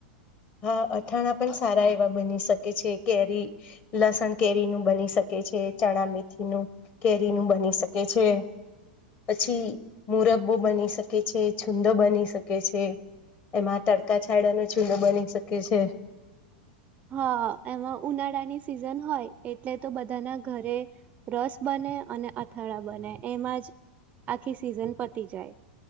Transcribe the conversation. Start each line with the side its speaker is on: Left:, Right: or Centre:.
Left: હા અથાણા પણ સારા એવા બની શકે છે કેરી લસણ કેરીનું બની શકે છે ચણા મેથીનું કેરીનું બની શ કે છે. પછી મુરબ્બો બની શકે છે છૂંદો બની શકે છે એમાં તડકા છાડાનો છુંંદો બની શકે છે.
Right: હા એમાં ઉનાળા ની સિઝન હોય. એટલે તો બધાના ઘરે રસ બને અને અ થાળા બને એમાં જ આખી સીઝન પતી જાય.